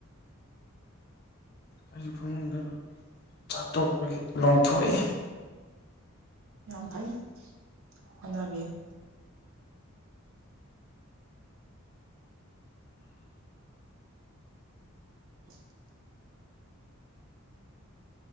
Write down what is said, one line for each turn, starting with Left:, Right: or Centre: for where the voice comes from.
Left: ꯑꯩꯁꯨ ꯈꯨꯡꯪꯗ ꯆꯥꯛ ꯇꯣꯛꯄꯒꯤ ꯂꯣꯡꯊꯣꯛꯏ
Right: ꯌꯥꯝ ꯐꯩ ꯍꯣꯠꯅꯕꯤꯎ <inaudible> <unintelligible>